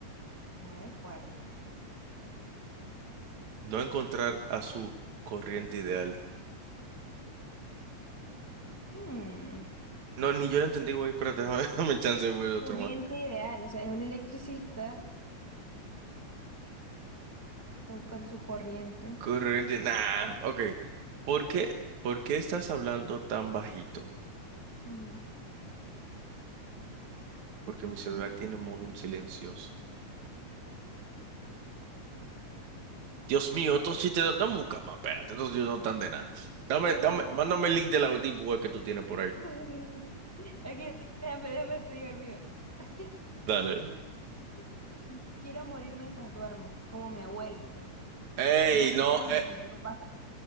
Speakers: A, in the centre; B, on the right.
A: a ver cuál.
B: No encontrar a su corriente ideal.
A: Hmm,
B: No, ni yo lo entendí, güey, pero déjame, <laughs> dame chance, güey, de otro
A: Corriente
B: más.
A: ideal, o sea, es un electricista, está buscando su corriente.
B: Corriente, nah, ok. ¿Por qué, por qué estás hablando tan bajito?
A: Ujú.
B: Porque mi celular tiene modo en silencioso. Dios mío, estos chistes, dan- dame un cama, espérate, estos chistes no están de nada. Dame,
A: Ok,
B: dame,
A: ok.
B: mándame el link de la deep web que tú tienes por ahí.
A: <laughs> Aquí, déjame, déjame, te digo el mío. <laughs>
B: Dale.
A: Quiero morir mientras duermo, como mi abuelo.
B: Ey,
A: No gritando
B: no, eh,
A: como los pájaros.